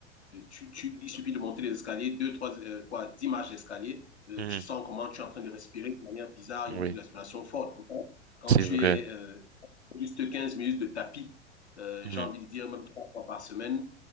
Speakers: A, on the left (about 70°); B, on the right (about 65°).
A: euh, Tu, tu, il suffit de monter les escaliers, deux, trois, euh, quoi, dix marches d'escalier. euh,
B: Mhm.
A: tu sens comment tu es en train de respirer de manière bizarre, une,
B: Oui,
A: une respiration forte. Pourtant, quand
B: c'est
A: tu
B: vrai.
A: es euh, juste 15 minutes de tapis, euh,
B: Mhm.
A: j'ai envie de dire même trois fois par semaine,